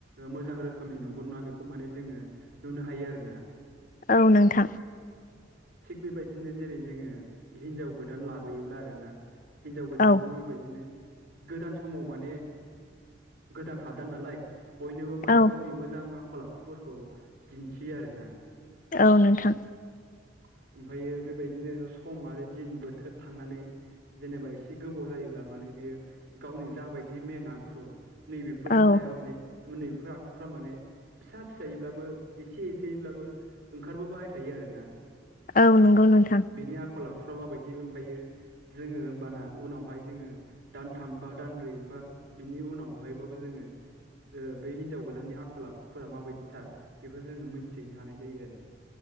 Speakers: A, on the right; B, on the left.
A: मोजां रोखोमनि नंगौ नङा बेखौ माने जोङो नुनो हायो आरोोना
B: औ नोंथां
A: थिग बेबायदिनो जेरै जोङो हिनजाव गोदान लाबोयोब्ला आरो ना हिन्जाव गोदानाबो
B: औ
A: बेबायदिनो गोदान समाव माने गोदान हादान नालाय बयनोबो माने
B: औ
A: गावनि मोजां आखल आखुफोरखौ दिन्थियो आर ना
B: औ नोंथां
A: ओमफ्रायो बेबायदिनो सम आरो दिन बोथोर थांनानै जेनेबा एसे गोबाव जायोब्ला माने बियो गावनि जाबायदि मेेन आखु नैबेफोरनि
B: औ
A: साया माने उन्दैफोर आखुफ्रा माने फिसा फिसायैब्लाबो एसे एसेयैब्लाबो ओंखारबोबायबाय थायो आरो ोना
B: औ नंगौ नोंथां
A: बिनि आखल आखुफ्रा माबायदि ओमफ्रायायो जोङो होमबाना उनावहाय जोङो दानथाम बा दानब्रै बा बिनि उनावहायबाबो जोङो बे हिनजाव गोदाननि आखल आखुफोरा माबायदिथार बेखौ जोङो मोनथिहैनो हानाय जायो आरो